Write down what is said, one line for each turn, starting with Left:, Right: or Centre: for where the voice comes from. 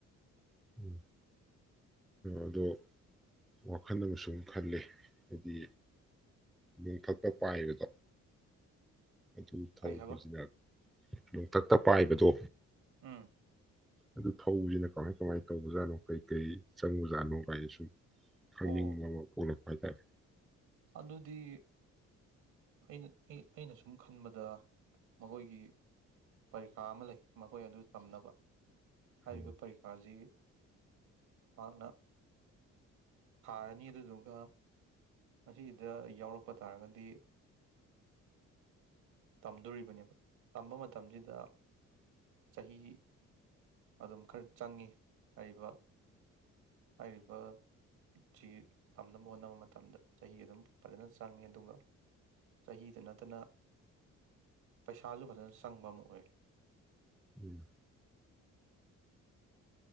Centre: ꯎꯝ ꯑꯗꯣ ꯋꯥꯈꯜ ꯑꯃꯁ ꯈꯜꯂꯤ ꯍꯥꯏꯗꯤ ꯅꯣꯡꯊꯛꯇ ꯄꯥꯏꯕꯗꯣ ꯑꯗꯨ ꯊꯧꯕꯁꯤꯅ
Right: ꯀꯩ ꯍꯥꯏꯕ
Centre: ꯅꯣꯡꯊꯛꯇ ꯄꯥꯏꯕꯗꯣ
Right: ꯎꯝ
Centre: ꯑꯗꯨ ꯐꯧꯁꯤꯅ ꯀꯃꯥꯏ ꯀꯃꯥꯏꯅ ꯇꯧꯕꯖꯥꯠꯅꯣ ꯀꯩ ꯀꯩ ꯆꯪꯕꯖꯥꯠꯅꯣ ꯀꯥꯏꯅ ꯁꯨꯝ ꯑꯩꯂ
Right: ꯑꯣ
Centre: ꯍ ꯀꯔꯦ
Right: ꯑꯗꯨꯗꯤ ꯑꯩꯅ ꯑꯩꯅ ꯁꯨꯝ ꯈꯟꯕꯗ ꯃꯈꯣꯏꯒꯤ ꯄꯔꯤꯈꯥ ꯑꯃ ꯂꯩ ꯃꯈꯣꯏ ꯑꯗꯨ ꯇꯝꯅꯕ ꯍꯥꯏꯔꯤꯕ
Centre: ꯎꯝ
Right: ꯄꯔꯤꯈꯥꯁꯤ ꯃꯍꯥꯛꯅ ꯊꯥꯔꯅꯤ ꯑꯗꯨꯗꯨꯒ ꯃꯁꯤꯗ ꯌꯥꯎꯔꯛꯄ ꯇꯥꯔꯒꯗꯤ ꯇꯝꯗꯣꯔꯤꯕꯅꯦꯕ ꯇꯝꯕ ꯃꯇꯝꯁꯤꯗ ꯆꯍꯤ ꯑꯗꯨꯝ ꯈꯔ ꯆꯪꯉꯤ ꯍꯥꯏꯔꯤꯕ ꯍꯥꯏꯔꯤꯕꯁꯤ ꯇꯝꯅꯕ ꯍꯣꯠꯅꯕ ꯃꯇꯝꯗ ꯆꯍꯤ ꯑꯗꯨꯝ ꯐꯖꯅ ꯆꯪꯉꯤ ꯑꯗꯨꯒ ꯆꯍꯤꯗ ꯅꯠꯇꯅ ꯄꯩꯁꯥꯁꯨ ꯐꯖꯅ ꯆꯪꯕ ꯑꯃ ꯑꯣꯏ
Centre: ꯎꯝ